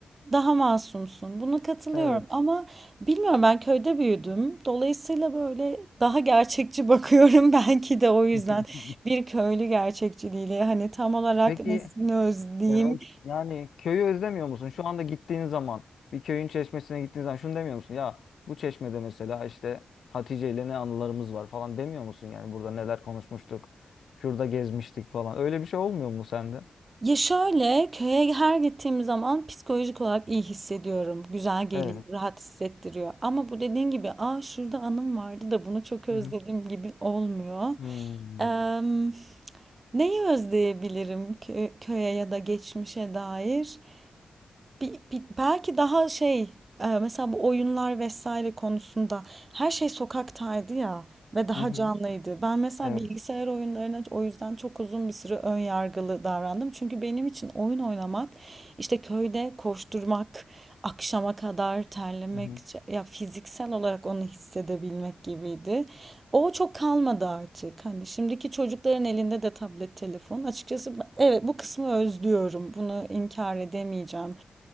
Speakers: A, on the right; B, on the left.
A: Daha masumsun. Buna katılıyorum
B: Evet.
A: ama bilmiyorum ben köyde büyüdüm. Dolayısıyla böyle daha gerçekçi bakıyorum <laughs> belki de o yüzden
B: <laughs>
A: bir köylü gerçekçiliğiyle hani tam olarak
B: Peki
A: nesini özleyeyim.
B: yani, o- yani köyü özlemiyor musun? Şu anda gittiğin zaman bir köyün çeşmesine gittiğin zaman şunu demiyor musun? Ya bu çeşmede mesela işte Hatice ile ne anılarımız var falan demiyor musun? Yani burada neler konuşmuştuk, şurada gezmiştik falan. Öyle bir şey olmuyor mu sende?
A: Ya şöyle köye her gittiğim zaman psikolojik olarak iyi hissediyorum. Güzel geliyor,
B: Evet.
A: rahat hissettiriyor. Ama bu dediğin gibi aa şurada anım vardı da bunu çok özledim
B: Hı hı.
A: gibi olmuyor.
B: Hmm.
A: Em, neyi özleyebilirim kö- köye ya da geçmişe dair? Bi- bi- belki daha şey e, mesela bu oyunlar vesaire konusunda her şey sokaktaydı ya ve daha
B: Hı hı.
A: canlıydı. Ben mesela
B: Evet.
A: bilgisayar oyunlarına o yüzden çok uzun bir süre ön yargılı davrandım. Çünkü benim için oyun oynamak işte köyde koşturmak, akşama kadar terlemek
B: Hı hı.
A: ya fiziksel olarak onu hissedebilmek gibiydi. O çok kalmadı artık. Hani şimdiki çocukların elinde de tablet, telefon. Açıkçası ben- evet bu kısmı özlüyorum. Bunu inkar edemeyeceğim.